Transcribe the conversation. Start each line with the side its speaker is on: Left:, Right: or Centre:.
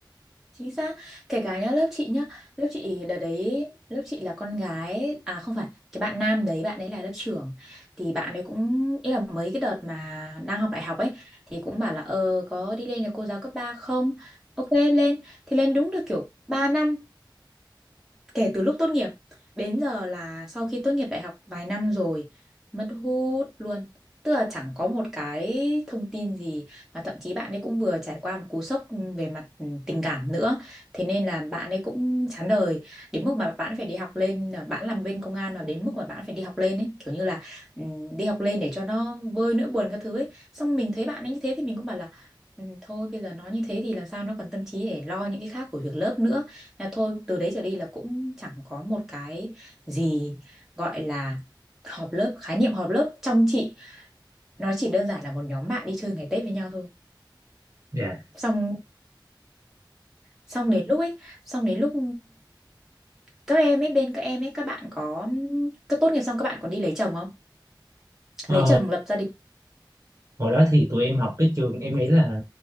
Centre: chính xác kể cả nhá lớp chị nhá lớp chị đợt đấy lớp chị là con gái à không phải cái bạn nam đấy bạn ấy là lớp trưởng thì bạn ấy cũng ý là mấy cái đợt mà đang học đại học ấy thì cũng bảo là ờ có đi lên nhà cô giáo cấp 3 không ok lên thì lên đúng được kiểu ba năm kể từ lúc tốt nghiệp đến giờ là sau khi tốt nghiệp đại học vài năm rồi mất hút luôn tức là chẳng có một cái thông tin gì mà thậm chí bạn ấy cũng vừa trải qua một cú sốc về mặt ừ, tình cảm nữa thế nên là bạn ấy cũng chán đời đến mức mà bạn phải đi học lên à, bạn làm bên công an mà đến mức mà bạn phải đi học lên ấy kiểu như là ừm, đi học lên để cho nó vơi nỗi buồn các thứ ấy xong mình thấy bạn ấy như thế thì mình cũng bảo là "Ừ, thôi bây giờ nó như thế thì làm sao nó còn tâm trí để lo những cái khác của việc lớp nữa là thôi từ đấy trở đi là cũng chẳng có một cái gì gọi là họp lớp, khái niệm họp lớp trong chị nó chỉ đơn giản là một nhóm bạn đi chơi ngày Tết với nhau thôi.
Right: dạ
Centre: Xong xong đến lúc ấy, xong đến lúc các em ấy bên các em ấy các bạn có cứ tốt nghiệp xong các bạn còn đi lấy chồng không?
Right: Ờ,
Centre: Lấy chồng lập gia đình.
Right: hồi đó thì tụi em học cái trường em nghĩ là